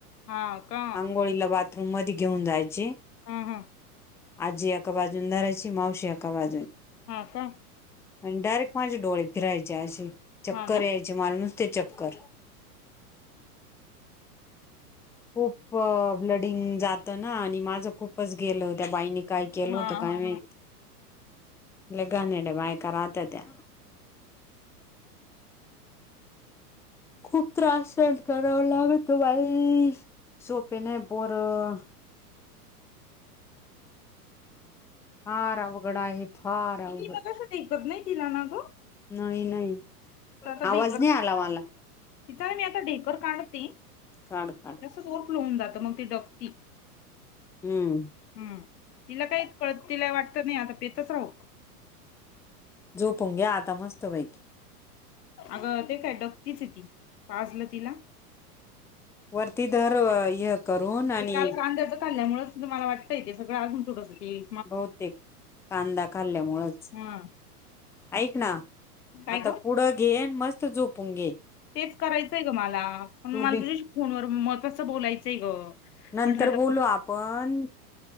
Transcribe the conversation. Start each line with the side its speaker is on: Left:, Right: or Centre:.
Left: हा का
Centre: आंघोळीला बाथरूम मध्ये घेऊन जायचे.
Left: हा हा
Centre: आजी एका बाजूंला धारायचीमावशी एका <unintelligible>
Left: हा का
Centre: आणि डायरेक्ट माझे डोळे फिरायचे आसे, चक्कर
Left: हा ना
Centre: यायचेऽ माला नुसती चक्कर. खूप ब्लडिंग जात ना, आणि माझं खूपच गेलं हो त्या बाईने काय केलं
Left: हा
Centre: होतं काय
Left: हा
Centre: माहिती?
Left: हा
Centre: लय घाणेरड्या बायका रातेत त्या. खूप त्रास सहन कराव लागते बाई, सोपे नाही पोरं ऽ फार अवघड आहे, फार अवघड.
Left: कसच ऐकत नाही तिला ना ग?
Centre: नाही, नाही.
Left: तर आता
Centre: आवाज
Left: ढेकर
Centre: नाही
Left: दीला,
Centre: आला मला
Left: तिचा ना मी आता ढेकर काढतेऽ
Centre: काढ, काड.
Left: <unintelligible> होऊन जातं मग ते डगतीऽ
Centre: हम्म,
Left: हम, तिला काहीच कळत, तिला वाटतं नाही आता पेतच आहोत.
Centre: झोपुन घ्या आता मस्त पैकी.
Left: अगं, ते काय डगतीचय ती, पाजलं तिला.
Centre: वरती धर, हे करून, आणिऽ
Left: ते काल कांद्याचं खाल्यामुळेच अस मला वाटतंय ते सगळंजून थोडंसं तेऽ.
Centre: बहुतेक,, कांदा खाल्ल्यामुळेच.
Left: हा
Centre: ऐक ना,
Left: काय
Centre: आता
Left: ग
Centre: पुढं घे, आणि मस्त झोपून घे.
Left: तेच करायचंय ग मला,
Centre: तू
Left: पण मला
Centre: बी.
Left: तुझ्याशी फोनवर महत्त्वाचं बोलायचंय ग.
Centre: नंतर
Left: म्हटलं आता
Centre: बोलू आपण.